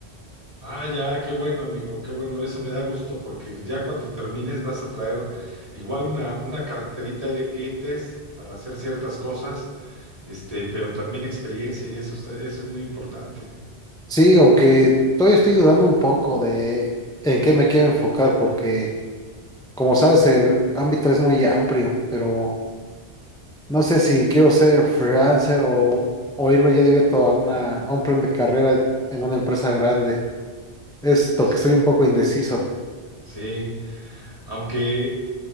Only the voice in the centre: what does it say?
Sí, aunque todavía estoy dudando un poco de en qué me quiero enfocar porque... Como sabes, el ámbito es muy amplio, pero no sé si quiero ser freelancer o, o irme ya directo a una, a un plan de carrera en una empresa grande. Esto
que estoy un poco indeciso,